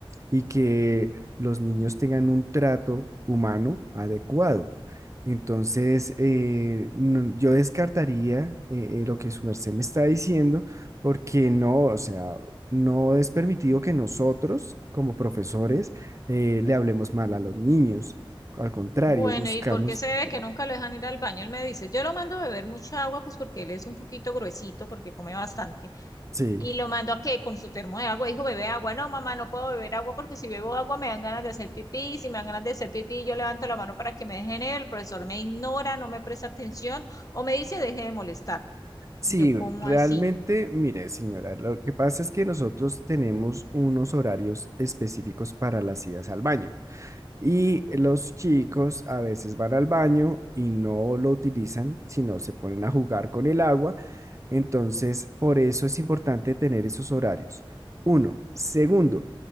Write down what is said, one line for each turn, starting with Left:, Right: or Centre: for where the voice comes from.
Right: y que los niños tengan un trato humano adecuado. Entonces, eh, no- yo descartaría eh, eh, lo que su merced me está diciendo, porque no, o sea, no es permitido que nosotros, como profesores, eh, le hablemos mal a los niños. Al contrario,
Left: Bueno,
Right: buscamos,
Left: ¿y por qué se ve que nunca lo dejan ir al baño? Él me dice, yo lo mando a beber mucha agua, pues porque él es un poquito gruesito, porque come bastante.
Right: sí.
Left: Y lo mandó a que con su termo de agua, dijo, bebe agua. No, mamá, no puedo beber agua porque si bebo agua me dan ganas de hacer pipí. Si me dan ganas de hacer pipí, yo levanto la mano para que me dejen ir. El profesor me ignora, no me presta atención o me dice, deje de molestar.
Right: Sí,
Left: Yo, ¿cómo
Right: realmente,
Left: así?
Right: mire, señora, lo que pasa es que nosotros tenemos unos horarios específicos para las idas al baño y los chicos a veces van al baño y no lo utilizan, sino se ponen a jugar con el agua entonces, por eso es importante tener esos horarios. Uno. Segundo,